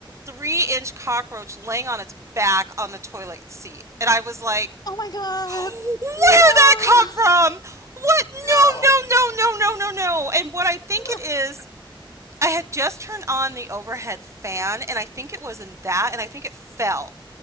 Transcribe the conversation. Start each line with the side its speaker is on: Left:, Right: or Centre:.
Right: three-inch cockroach laying on its back on the toilet seat. And I was like,
Left: Oh my God.
Right: <gasps> where
Left: No.
Right: did that come from?
Left: <laughs>
Right: What? No,
Left: Oh
Right: no, no, no, no, no, no." no. And what I think
Left: no.
Right: it is I had just turned on the overhead fan, and I think it was in that, and I think it fell